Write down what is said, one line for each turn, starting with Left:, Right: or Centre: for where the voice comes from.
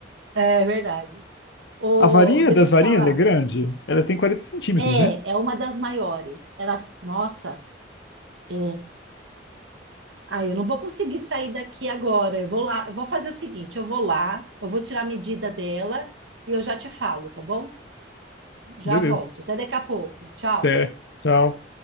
Right: É verdade. O,
Left: A varinha
Right: deixa
Left: das
Right: eu te
Left: varinhas
Right: falar.
Left: é grande. Ela tem quarenta centímetros,
Right: É,
Left: né?
Right: é uma das maiores. Ela, nossa, é... Ah, eu não vou conseguir sair daqui agora. Eu vou lá, eu vou fazer o seguinte, eu vou lá, eu vou tirar a medida dela e eu já te falo, tá bom? Já
Left: Beleza.
Right: volto. Até daqui a pouco. Tchau.
Left: Até. Tchau.